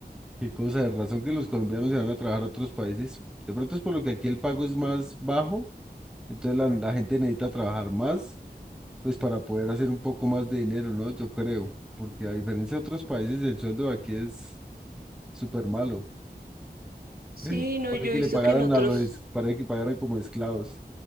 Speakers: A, in the centre; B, on the right.
A: Qué cosa de razón que los colombianos se van a trabajar a otros países. De pronto es por lo que aquí el pago es más bajo, entonces la, la gente necesita trabajar más, pues para poder hacer un poco más de dinero, ¿no? Yo creo, porque a diferencia de otros países, el sueldo de aquí es súper malo.
B: Sí,
A: <laughs>
B: no,
A: Parece
B: yo he
A: que
B: visto
A: le pagaran
B: que en otros,
A: a los, parece que pagaran como esclavos.